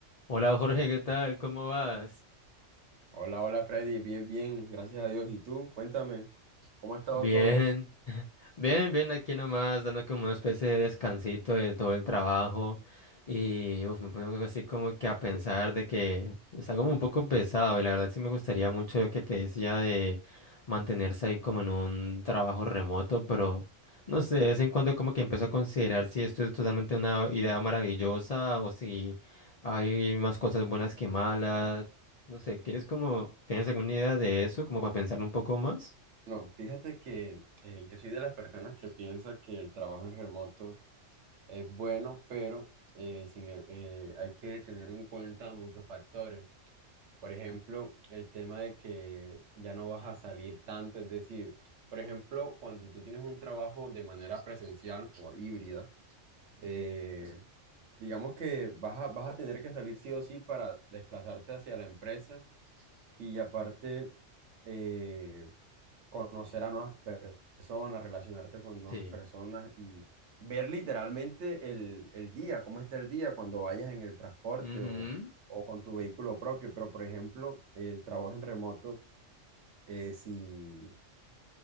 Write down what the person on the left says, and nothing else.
Hola Jorge, ¿qué tal? ¿Cómo vas?
Bien,
<laughs> bien, bien, aquí nomás, dando como una especie de descansito de todo el trabajo y uf, me pongo así como que a pensar de que está como un poco pesado y la verdad sí me gustaría mucho lo que te decía de mantenerse ahí como en un trabajo remoto, pero no sé, de vez en cuando como que empiezo a considerar si esto es totalmente una idea maravillosa o si hay más cosas buenas que malas, no sé, ¿quieres como, tienes alguna idea de eso como para pensar un poco más?
Sí.
Ujú.